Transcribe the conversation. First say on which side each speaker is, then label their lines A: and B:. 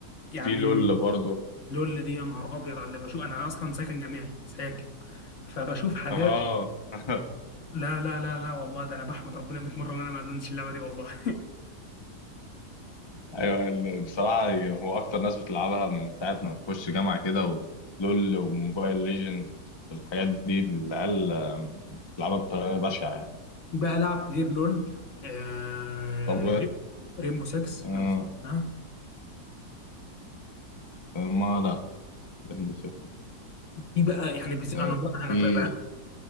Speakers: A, on the left; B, on the left.
A: يعني
B: في لول برضه
A: لول دي يا نهار ابيض على اللي بشوف انا اصلا ساكن جامعي ساكن فبشوف حاجات
B: اه <laughs>
A: لا لا لا لا والله ده انا بحمد ربنا 100 مره ان انا ما ادمنتش اللعبه دي والله
B: ايوه ال- بصراحة هو اكتر ناس بتلعبها من ساعة ما تخش جامعة كده ولول وموبايل ليجند الحاجات دي العيال آه، بتلعبها بطريقة بشعة يعني
A: <laughs> في بقى لعب كتير لول آه...
B: طب
A: ريمبو 6
B: آه
A: لو تسمعها
B: آه، ما لا رهن بالشخص
A: في بقى يعني بز...
B: آه
A: انا بقى
B: في
A: انا بقى بقى